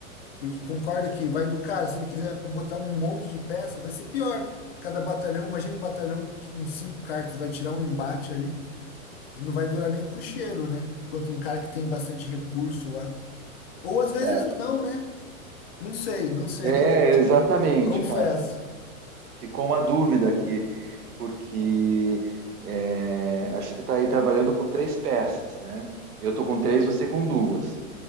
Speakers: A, on the left; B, on the right.
A: porque concorda que vai do cara, se ele quiser botar um monte de peça, vai ser pior. Cada batalhão, imagina um batalhão que com cinco cartas vai tirar um embate ali, não vai durar nem pro cheiro, né? Quanto um cara que tem bastante recurso lá. Ou às vezes
B: Certo.
A: não, né? Não sei, não sei,
B: É,
A: <laughs> tipo,
B: exatamente,
A: confesso.
B: cara. Ficou uma dúvida aqui, porque é, a gente está aí trabalhando com três peças, né? Eu tô com três, você com duas.